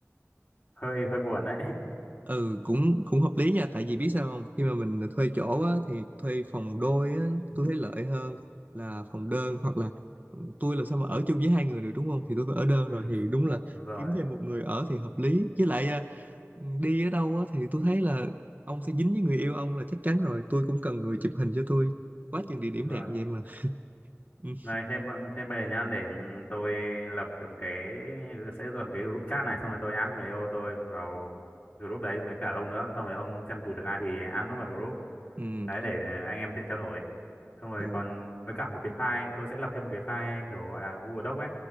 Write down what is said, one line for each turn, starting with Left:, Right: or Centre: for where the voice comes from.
Left: hơi hơi buồn đấy. <laughs>
Right: ừ cũng cũng hợp lý nha tại vì biết sao không khi mà mình thuê chỗ á thì thuê phòng đôi á tôi thấy lợi hơn là phòng đơn hoặc là ừ, tôi làm sao mà ở chung với hai người được đúng không thì tôi phải ở đơn
Left: Ừ,
Right: rồi thì đúng là
Left: đúng rồi,
Right: kiếm thêm một người ở thì hợp lý với lại à, ừ, đi ở đâu á thì tôi thấy là ông sẽ dính với người yêu ông là chắc chắn rồi tôi cũng cần người chụp hình cho tôi quá chừng địa điểm
Left: đúng
Right: đẹp
Left: rồi.
Right: vậy mà ừ
Left: Này thêm thêm về nhá để ừ, tôi lập cái- một cái sẽ lập một cái group chat này xong rồi tôi add người yêu tôi vào group đấy với cả ông nữa, xong rồi ông xem dù được ai thì add nó vào group.
Right: ừ
Left: đấy để ờ, anh em tiện trao đổi xong rồi
Right: ừ
Left: còn với cả một cái file tôi sẽ lập thêm một cái file kiểu gọi là Google Doc ấy